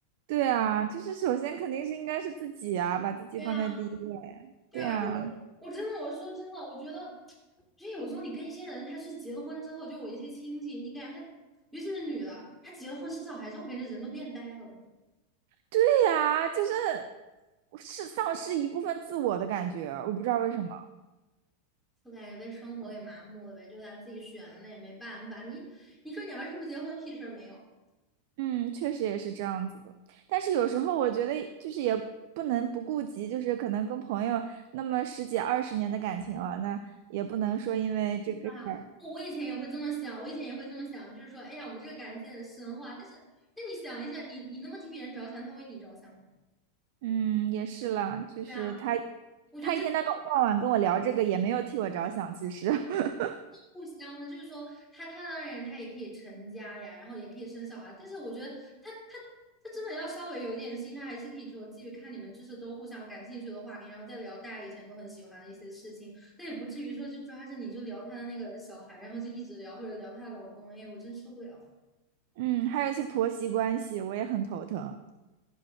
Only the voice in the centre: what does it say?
对啊，对啊，
而且我我真的我说真的，我觉得就有时候你跟一些人，他是结了婚之后，就我一些亲戚，你感觉他，尤其是女的，她结了婚生小孩之后，我感觉人都变呆了。
我感觉被生活给麻木了呗，就他自己选的，那也没办法。你你说你要是不结婚，屁事儿没有。
啊，我我以前也会这么想，我以前也会这么想，就是说，哎呀，我们这个感情很深化。但是，但你想一下，你你那么替别人着想，他为你着想吗？
对啊，我觉得这。
互相的，就是说他他当然他也可以成家呀，然后也可以生小孩，但是我觉得他他他真的要稍微有点心，他还是可以说继续看你们就是都互相感兴趣的话题，然后再聊大家以前都很喜欢的一些事情，那也不至于说就抓着你就聊他的那个小孩，然后就一直聊或者聊他的老公，哎呦，我真受不了。